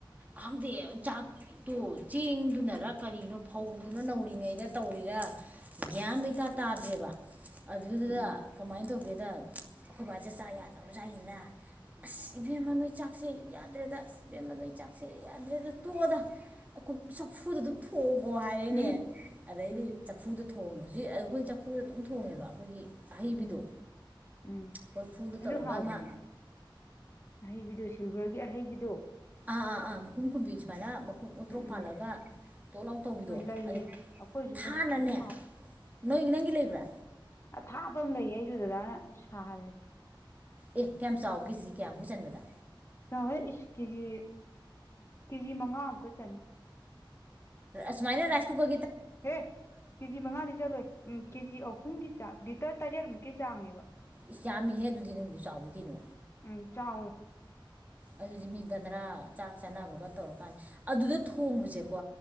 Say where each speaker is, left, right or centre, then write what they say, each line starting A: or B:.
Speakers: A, on the right; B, on the left.
A: ꯈꯪꯗꯦ ꯆꯥꯛꯇꯣ ꯆꯦꯡꯗꯨꯅꯔ ꯀꯔꯤꯅꯣ ꯐꯧꯗꯨꯅ ꯅꯧꯔꯤꯉꯩꯗ ꯇꯧꯔꯤꯉꯩ ꯒ꯭ꯌꯥꯟ ꯃꯩꯇꯥ ꯇꯥꯗ꯭ꯔꯦꯕ ꯑꯗꯨꯗꯨꯗ
B: ꯎꯝ
A: ꯀꯃꯥꯏꯅ ꯇꯧꯒꯦꯗ ꯑꯩꯈꯣꯏꯕꯥꯁꯦ ꯆꯥ ꯌꯥꯗꯕꯖꯥꯏꯅ ꯑꯁ ꯏꯕꯦꯝꯃꯅꯣꯏ ꯆꯥꯛꯁꯦ ꯌꯥꯗ꯭ꯔꯦꯗꯁ ꯏꯕꯦꯝꯃꯅꯣꯏ ꯆꯥꯛꯁꯦ ꯌꯥꯗ꯭ꯔꯦꯗ ꯇꯣꯛꯑꯗ ꯆꯐꯨꯗ ꯑꯗꯨꯝ ꯊꯣꯛꯎ ꯍꯪꯒꯣ ꯍꯥꯏꯔꯦꯅꯦ
B: ꯎꯝ
A: ꯑꯗꯩꯗꯤ
B: ꯎꯝ
A: ꯆꯐꯨꯗ ꯊꯣꯡꯉꯦ ꯍꯧꯖꯤꯛ ꯑꯩꯈꯣꯏ ꯆꯐꯨꯗ ꯑꯗꯨꯝ ꯊꯣꯡꯉꯦꯕ ꯑꯩꯈꯣꯏꯒꯤ ꯑꯍꯩꯕꯤꯗꯣ
B: ꯎꯝ ꯎꯝ
A: ꯀꯣꯔꯐꯨꯗ
B: ꯑꯗꯨꯗꯤ
A: ꯇꯧꯔꯒ
B: ꯍꯥꯎꯕꯅꯤ
A: ꯑꯃ
B: ꯑꯍꯩꯕꯤꯗꯨꯣ ꯁꯤꯜꯚꯔꯒꯤ ꯑꯍꯩꯕꯤꯗꯣ
A: ꯑꯥ ꯑꯥ ꯑꯥ ꯃꯈꯀꯨꯝ ꯈꯨꯕꯤꯖꯃꯅ ꯃꯈꯨꯝ ꯎꯇ꯭ꯔꯣꯛ
B: ꯎꯝ
A: ꯄꯥꯜꯂꯒ
B: ꯎꯝ
A: ꯇꯣꯠ ꯑꯥꯎꯠ ꯇꯧꯕꯤꯗꯣ
B: ꯍꯣꯏ ꯂꯩꯌꯦ
A: ꯑꯗꯨ
B: ꯑꯩꯈꯣꯏꯁꯨ
A: ꯊꯥꯅꯅꯦ
B: ꯂꯩ ꯑꯗꯨ
A: ꯅꯣꯏ ꯅꯪꯒꯤ ꯂꯩꯕ꯭ꯔꯥ
B: ꯑꯊꯥꯞꯐꯝ ꯑꯃ ꯂꯩ ꯑꯩꯁꯨꯗꯗꯥꯅ ꯁꯥꯍꯜꯂꯤ
A: ꯑꯦ ꯀꯌꯥꯝ ꯆꯥꯎ ꯀꯦꯖꯤ ꯀꯌꯥꯃꯨꯛ ꯆꯟꯕꯗ
B: ꯌꯥꯋꯦ ꯏꯁ ꯀꯦꯖꯤ ꯀꯦꯖꯤ ꯃꯉꯥ ꯑꯃꯨꯛꯀ ꯆꯅꯤ
A: ꯑꯨꯃꯥꯏꯅ ꯔꯥꯏꯀꯨꯒ
B: ꯍꯦ ꯀꯦꯖꯤ ꯃꯉꯥꯗꯤ ꯆꯠꯂꯣꯏ ꯎꯝ ꯀꯦꯖꯤ ꯑꯧ ꯄꯨꯝꯒꯤ ꯆꯥꯡ ꯂꯤꯇꯔ ꯇꯥꯖꯔꯃꯨꯛꯀꯤ ꯆꯥꯡꯅꯦꯕ
A: ꯏꯁ ꯌꯥꯝꯃꯤꯍꯦ ꯑꯗꯨꯗꯤ ꯅꯪꯁꯨ ꯆꯥꯎꯋ ꯀꯩꯅꯣ
B: ꯎꯝ ꯆꯥꯎꯏ
A: ꯑꯗꯨꯗꯤ ꯃꯤ ꯕꯟꯗ꯭ꯔꯥ ꯆꯥꯛ ꯆꯥꯅꯕꯒ ꯇꯧꯔꯀꯥꯟꯗ ꯑꯗꯨꯗ ꯊꯣꯡꯕꯁꯦꯀꯣ